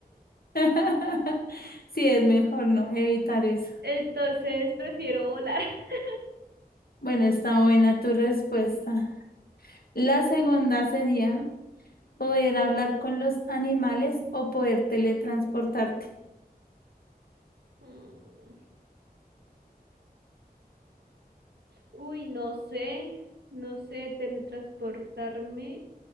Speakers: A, on the left (about 65°); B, on the right (about 80°).
A: <laughs> Sí, es mejor no evitar eso.
B: Entonces prefiero volar. <laughs>
A: Bueno, está buena tu respuesta. La segunda sería poder hablar con los animales o poder teletransportarte.
B: Mm, Uy, no sé, no sé, teletransportarme